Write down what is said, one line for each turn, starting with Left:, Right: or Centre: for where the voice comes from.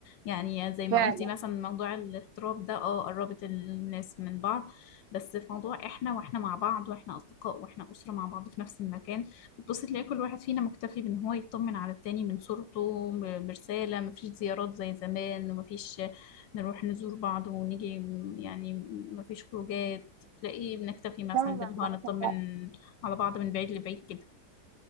Left: يعني زي ما
Right: فعلا
Left: قلتي مثلا موضوع الاغتراب ده اه قربت الناس من بعض بس في موضوع احنا واحنا مع بعض واحنا أصدقاء واحنا أسرة مع بعض في نفس المكان بتبصي تلاقي كل واحد فينا مكتفي بإن هو يطمن على التاني من صورته ب- برسالة مفيش زيارات زي زمان ومفيش نروح نزور بعض ونيجي م- يعني مفيش خروجات تلاقيه بنكتفي مثلا
Right: فعلا
Left: بالهوا
Right: معاك
Left: نطمن
Right: حق.
Left: على بعض من بعيد لبعيد كده